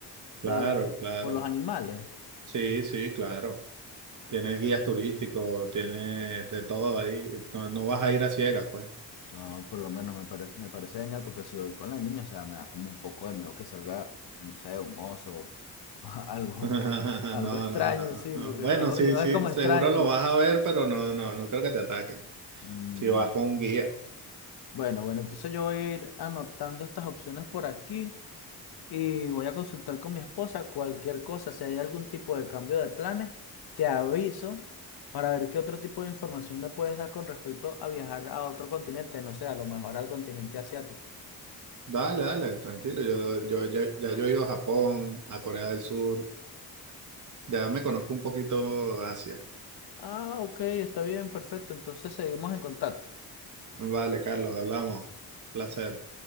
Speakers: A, on the right; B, on the left.
A: Claro,
B: de,
A: claro.
B: por los animales.
A: Sí, sí, claro. Tienes
B: No,
A: guías turísticos, tienes de todo ahí. No, no vas a ir a ciegas, pues.
B: No, por lo menos me parece, me parece genial porque si voy con la niña, o sea, me da como un poco de miedo que salga, no sé, un oso, <laughs> algo,
A: <laughs>
B: algo
A: No,
B: extraño,
A: no, no.
B: sí,
A: no.
B: porque
A: Bueno,
B: Estados
A: sí,
B: Unidos
A: sí,
B: es como
A: seguro
B: extraño.
A: lo vas a ver, pero no, no, no creo que te ataquen
B: Mm,
A: si vas con un guía.
B: Bueno, bueno, entonces yo voy a ir anotando estas opciones por aquí. y voy a consultar con mi esposa cualquier cosa, si hay algún tipo de cambio de planes, te aviso para ver qué otro tipo de información me puedes dar con respecto a viajar a otro continente, no sé, a lo mejor al continente asiático.
A: Dale, dale, tranquilo. Yo, yo, ya ya yo he ido a Japón, a Corea del Sur. Ya me conozco un poquito Asia.
B: Ah, ok, está bien, perfecto, entonces seguimos en contacto.
A: Vale, Carlos, hablamos. Placer.